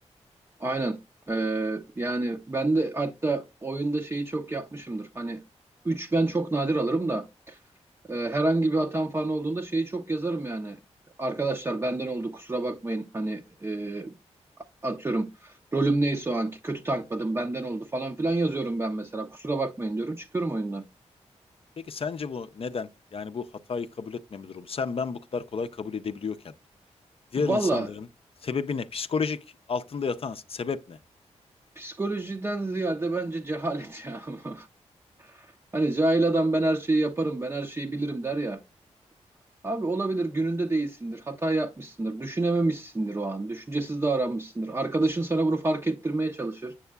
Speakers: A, on the right (about 20°); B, on the left (about 50°).
A: Aynen. Ee, yani ben de hatta oyunda şeyi çok yapmışımdır. Hani 3 ben çok nadir alırım da Ee, herhangi bir hatam falan olduğunda şeyi çok yazarım yani. Arkadaşlar benden oldu kusura bakmayın. Hani e, atıyorum rolüm neyse o anki kötü tankladım benden oldu falan filan yazıyorum ben mesela. Kusura bakmayın diyorum çıkıyorum oyundan.
B: Peki sence bu neden? Yani bu hatayı kabul etmeme durumu. Sen ben bu kadar kolay kabul edebiliyorken diğer insanların
A: Valla
B: sebebi ne? Psikolojik altında yatan sebep ne?
A: psikolojiden ziyade bence cehalet ya. <laughs> Hani cahil adam ben her şeyi yaparım ben her şeyi bilirim der ya. Abi olabilir gününde değilsindir, hata yapmışsındır, düşünememişsindir o an, düşüncesiz davranmışsındır. Arkadaşın sana bunu fark ettirmeye çalışır.